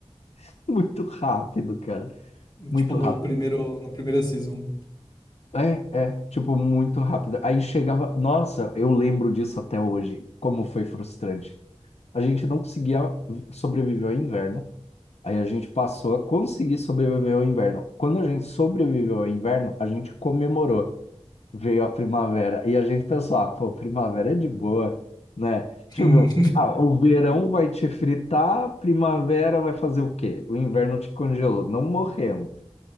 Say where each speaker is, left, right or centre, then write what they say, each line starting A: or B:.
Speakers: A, on the left; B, on the left.
A: <laughs> Muito rápido, cara.
B: né?
A: Muito
B: Tipo no
A: rápido.
B: primeiro, na primeira season.
A: É, é, tipo, muito rápido. Aí chegava. Nossa, eu lembro disso até hoje, como foi frustrante. A gente não conseguia sobreviver ao inverno. Aí a gente passou a conseguir sobreviver ao inverno. Quando a gente sobreviveu ao inverno, a gente comemorou. Veio a primavera. E a gente pensou, ah, pô, primavera é de boa, né? Deixa
B: Hum.
A: eu ver. Ah, o verão vai
B: <laughs>
A: te fritar, primavera vai fazer o quê? O inverno te congelou. Não morremos.